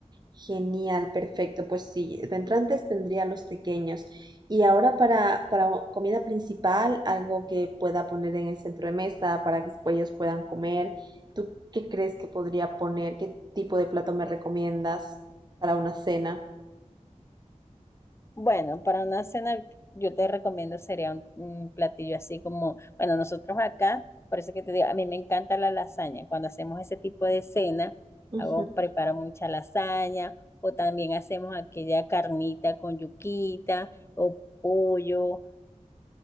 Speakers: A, on the right; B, on the left.
A: Genial, perfecto. Pues sí, de entrantes tendría los pequeños. Y ahora para, para o- comida principal, algo que pueda poner en el centro de mesa para que después ellos puedan comer. ¿Tú qué crees que podría poner? ¿Qué tipo de plato me recomiendas para una cena?
B: Bueno, para una cena yo te recomiendo sería un, un platillo así como, bueno, nosotros acá, por eso que te digo, a mí me encanta la lasaña. Cuando hacemos ese tipo de cena,
A: Ujú.
B: hago, preparo mucha lasaña o también hacemos aquella carnita con yuquita o pollo,